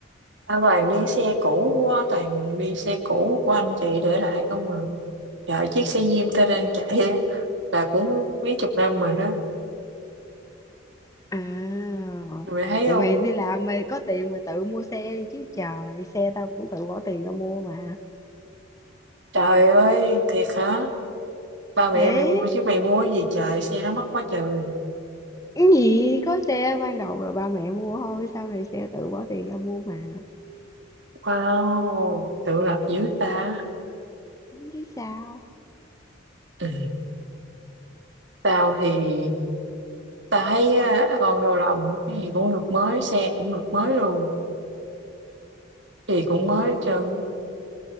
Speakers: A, on the right (about 65°); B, on the left (about 15°).
A: Tao toàn đi xe cũ quá, toàn đi xe cũ của anh chị để lại không à. Dạ, chiếc xe Diêm tao đang chạy á, là cũng mấy chục năm rồi đó.
B: À,
A: Mày thấy
B: thì
A: không?
B: mày đi làm mày có tiền mà tự mua xe đi chứ trời, xe tao cũng tự bỏ tiền ra mua mà.
A: Trời ơi, thiệt hả? Ba mẹ
B: Thế,
A: mày mua chứ mày mua cái gì trời, xe nó mắc quá trời.
B: cái gì có xe ban đầu là ba mẹ mua thôi, sau này xe tự bỏ tiền ra mua mà.
A: Wow, tự lập dữ ta.
B: Chứ sao?
A: Ừ. Tao thì, tao thấy á, con đầu lòng, cái gì cũng được mới, xe cũng được mới luôn. Gì cũng mới hết trơn.